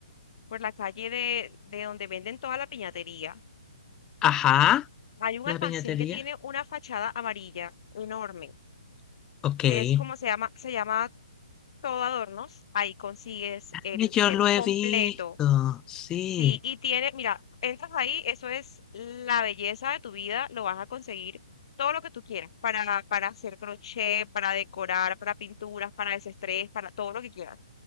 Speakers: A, on the left; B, on the left.
A: por la calle de, de donde venden toda la piñatería.
B: ajá,
A: Hay un
B: la
A: almacén
B: piñatería.
A: que tiene una fachada amarilla enorme.
B: Ok.
A: Es
B: Y
A: como se llama, se llama Todo Adornos. Ahí consigues el
B: Yo
A: set
B: lo he
A: completo.
B: visto, sí,
A: Sí, y tiene, mira, entras ahí, eso es la belleza de tu vida, lo vas a conseguir todo lo que tú quieras, para, para hacer crochet, para decorar, para pinturas, para desestrés, para todo lo que quieras.